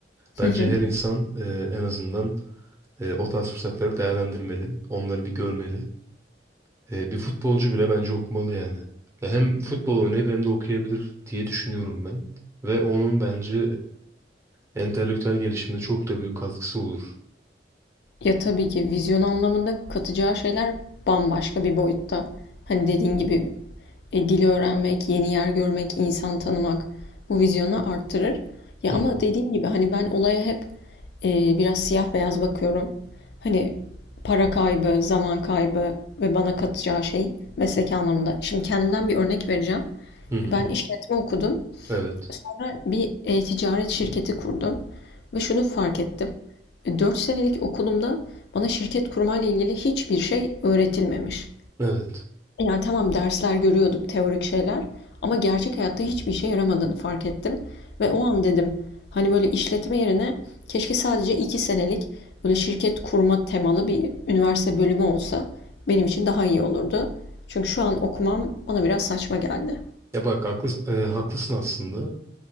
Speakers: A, on the left (about 65°); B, on the right (about 15°).
A: <laughs>
B: Bence her insan e, en azından e, o tarz fırsatları değerlendirmeli. Onları bir görmeli. E, bir futbolcu bile bence okumalı yani. Ya hem futbol oynayıp hem de okuyabilir diye düşünüyorum ben. Ve onun bence e, entelektüel gelişimine çok da büyük katkısı olur.
A: Ya tabii ki vizyon anlamında katacağı şeyler bambaşka bir boyutta. Hani dediğin gibi e, dil öğrenmek, yeni yer görmek, insan tanımak bu vizyonu arttırır. Ya
B: Hı
A: ama
B: hı.
A: dediğim gibi hani ben olaya hep e, biraz siyah beyaz bakıyorum. Hani para kaybı, zaman kaybı ve bana katacağı şey mesleki anlamda. Şimdi kendimden bir örnek vereceğim.
B: Hı hı.
A: Ben işletme okudum.
B: Evet.
A: Sonra bir e-ticaret şirketi kurdum ve şunu fark ettim. E, 4 senelik okulumda bana şirket kurmayla ilgili hiçbir şey öğretilmemiş.
B: Evet.
A: Yani tamam dersler görüyorduk, teorik şeyler ama gerçek hayatta hiçbir işe yaramadığını fark ettim. Ve o an dedim hani böyle işletme yerine keşke sadece 2 senelik böyle şirket kurma temalı bir üniversite bölümü olsa benim için daha iyi olurdu. Çünkü şu an okumam bana biraz saçma geldi.
B: Ya bak haklısın, e, haklısın aslında.